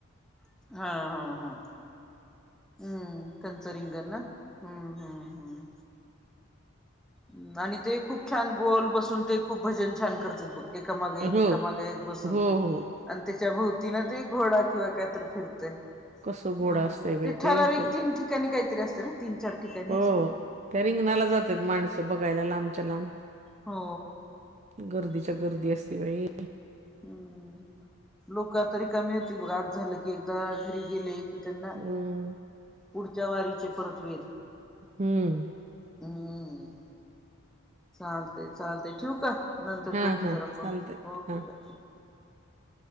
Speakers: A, in the centre; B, on the right (about 35°).
A: हां. हां. हां. हम्म. त्यांचं रिंगण ना? हम्म. हम्म. हम्म. अं आणि ते खूप छान गोल बसून ते खूप भजन छान करत्यात बघ. एका मागे एक
B: हो
A: एकामागे एक बसून.
B: हो हो
A: आणि त्याच्या भोवती ना ते घोडा किंवा कायतरी फिरतय.
B: कसं गोड
A: हम्म.
B: असतंय बाई
A: ते ठराविक
B: ते
A: तीन ठिकाणी काहीतरी असतय ना? तीन चार ठिकाणी अस-
B: हो. त्या रिंगणाला जात्यात माणस- त बघायला लांबच्या लांब.
A: हो
B: गर्दीच्या
A: हम्म
B: गर्दी असते बाई.
A: हम्म. लोक तरी कमी होतील बघ. आज झालं की एकदा घरी गेले कि- त्यांना
B: हम्म.
A: पुढच्या वारीचे परत वेध.
B: हम्म.
A: अं. चालतय चालतय. ठेऊ का? नंतर
B: हां,
A: करते
B: हां.
A: जरा फोन.
B: चालतंय.
A: Okay
B: हां.
A: bye.